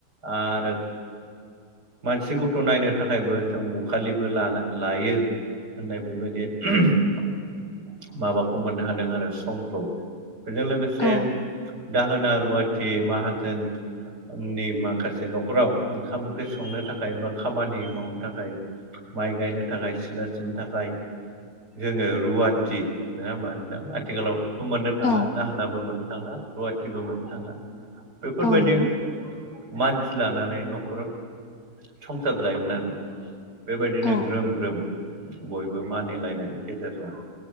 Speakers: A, on the right; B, on the left.
A: आरो मानसि गथ' नायनो थाखायबो जों बखालिबो लाना लायो होननाय बेबायदि <unintelligible> माबाखौ मोननो हादों आरो समखौ बेजों लोगो से
B: औ
A: दाहोना रुवाथि माहाजोननि माखासे नखराव ओंखाम ओंख्रि संनो थाखाय बा खामानि मावनो थाखाय माइ गायनो थाखाय सिला सिमनो थाखाय जोङो रुवाथि नोङा होमबा नोंथां आथिखालाव थ' मोननो थांला
B: औ
A: दाहोनाबो मोननो थांला रुवाथिबो मोननो थांला बेफोरबायदि
B: औ नंगौ
A: मानसि लानानै नख खर संसार जायोमोन आरो बेबायदिनो
B: औ
A: ग्रोम ग्रोम बयबो मानिलायनायनि गेजेरजों